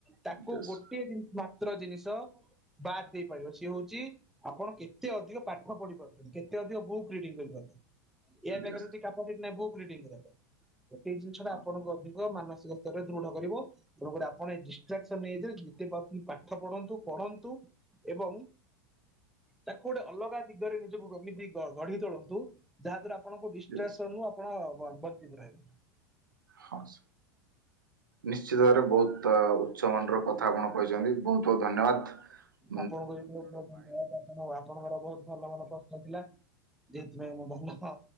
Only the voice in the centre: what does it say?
ତାକୁ
ଗୋଟିଏ ମାତ୍ର ଜିନିଷ ବାଦ୍ ଦେଇ ପାରିବ ସିଏ ହଉଛି ଆପଣ କେତେ ଅଧିକ ପାଠପଢ଼ି ପାରୁଛନ୍ତି କେତେ ଅଧିକ ବୁକ୍ ରିଡିଙ୍ଗ କରିପାରୁଛନ୍ତି? ଏୟା କରିବା
ଯଦି କାମ କିଛି ନାହିଁ ବୁକ୍ ରିଡ଼ିଂ କରିବା ସେଇ ଜିନିଷଟା
ଆପଣଙ୍କ ଅଧିକ ମାନସିକ ତେବେ ଦୃଢ କରିବ ତେଣୁ ଗୋଟେ ଆପଣ ଏ ଡିଷ୍ଟ୍ରାକ୍ସନ ନେଇଯାଆନ୍ତୁ ଯେତେ ପାଠ ପଢନ୍ତୁ ପଢନ୍ତୁ ଏବଂ ତାକୁ ଗୋଟେ ଅଲଗା ଦିଗରେ ନିଜକୁ ଏମିତି ଗଢି ତୋଳନ୍ତୁ ଯାହା ଦ୍ରାରା ଆପଣଙ୍କୁ ଡିଷ୍ଟ୍ରେସନ
ଆପଣ ବ ବଞ୍ଚିତ ରହିବେ।
ଆପଣଙ୍କୁ ବି ବହୁତ ବହୁତ ଧନ୍ୟବାଦ ଆପ ଆପଣଙ୍କର ବହୁତ ଭଲ ଭଲ ପ୍ରଶ୍ନ ଥିଲା। ଯେଥିପାଇଁ ମୁଁ ଭଲ